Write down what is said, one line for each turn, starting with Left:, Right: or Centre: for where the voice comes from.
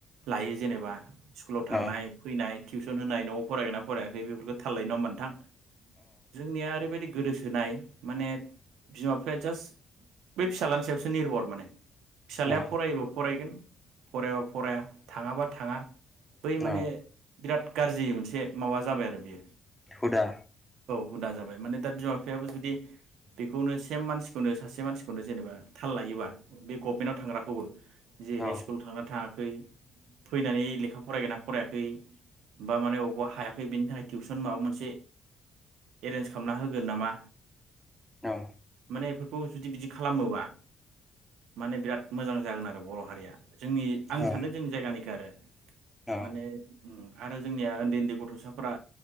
Right: लायो जेनेबा स्कुलाव थांनाय
Centre: अ
Right: फैनाय टिउसन होनाय न'आव फरायगोना फरायाखै बेफोरखौ' थाल लायो नडा होनबा नोंथां जोंनिया ओरै बायदि गोदोसोनाय माने बिमा बिफाया जास्ट बै फिसाज्लानि सायावसो निर्भर माने फिसाज्लाया
Centre: अ
Right: फरायोबा फरायगोन फरायाबा फराया थाङाबा थाङा बै माने
Centre: अ
Right: बिराद गाज्रि मोनसे माबा जाबाय आरो बियो
Centre: हुदा
Right: हुदा जाबाय माने दा बिमा बिफायाबो जुदि बेखौनो सेम मानसिखौनो सासे मानसिखौनो जेनेबा थाल लायोबा बे गभमेन्टआव थांग्राखौबो जेरै
Centre: अ
Right: स्कुल थांना थाङाखै फैनानै लेखा फरायगोनना फरायाखै बा माने अबावबा हायाखै बेनि थाखाय टिउसन सोर माबा मोनसे एरेन्ज खालामना होगोन नामा
Centre: अ
Right: माने बे खौ जुदि बिदि खालामोबा माने बिराद मोजां जागोन आरो बर' हारिया जोंनि आं
Centre: अ
Right: सानदों जोंनि जायगानिखौ आरो
Centre: अ
Right: माने उम आरो जोंनिया उन्दै उन्दै गथ'साफ्रा